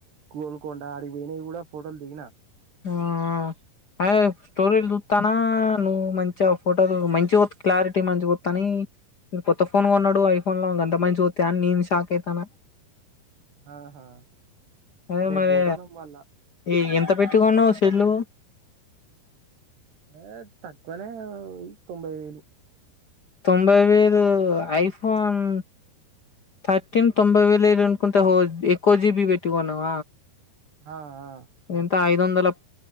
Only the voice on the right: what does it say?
గోల్కొండ అడికి పోయినవి కూడా ఫోటోలు దిగిన
ఆహా
రేపు
పోతానం మళ్ళా
ఏ తక్కువనే తొంభై వేలు
అ ఆ